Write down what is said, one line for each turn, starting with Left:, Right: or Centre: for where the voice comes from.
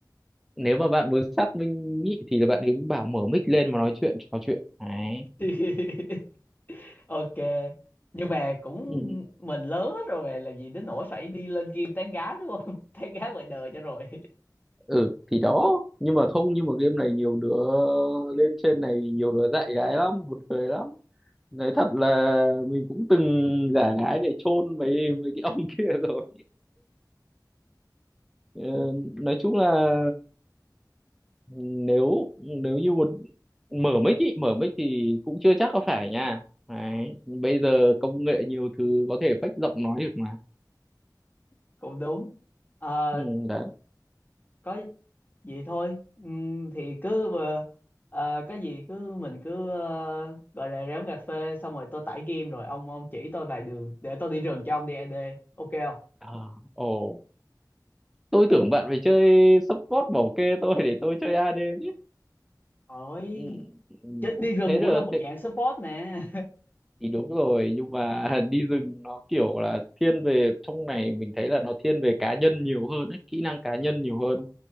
Centre: nếu mà bạn muốn xác minh nhị thì là bạn cứ bảo mở mic lên mà nói chuyện trò chuyện đấy
Left: <laughs> ok nhưng mà cũng
Centre: ừ.
Left: mình lớn hết rồi mà làm gì đến nỗi phải đi lên game tán gái đúng không <laughs> tán gái ngoài đời cho rồi
Centre: ừ thì đó nhưng mà không nhưng mà game này nhiều đứa lên trên này nhiều đứa dạy gái lắm buồn cười lắm nói thật là mình cũng từng giả gái để chôn mấy mấy cái <laughs> ông kia rồi Ờ, nói chung là ừ, nếu nếu như một mở mic ý, mở mic thì cũng chưa chắc có phải nha đấy. bây giờ công nghệ nhiều thứ có thể fake giọng nói được mà
Left: <laughs> cũng đúng Ờ,
Centre: ừ, đấy
Left: có gì thôi Ừm, thì cứ ờ, ờ, có gì cứ mình cứ ờ, gọi là ráng cà phê xong rồi tôi tải game rồi ông ông chỉ tôi vài đường để tôi đi rừng cho ông đi AD ok không
Centre: à, ồ tôi tưởng bạn phải chơi support bảo kê tôi để tôi chơi AD chứ
Left: Ôi,
Centre: ừ. ừ.
Left: chứ đi rừng
Centre: thế được
Left: cũng là một
Centre: thế,
Left: dạng support nè
Centre: thì đúng rồi nhưng mà <laughs> đi rừng nó kiểu là thiên về trong này mình thấy là nó thiên về cá nhân nhiều hơn ấy, kỹ năng cá nhân nhiều hơn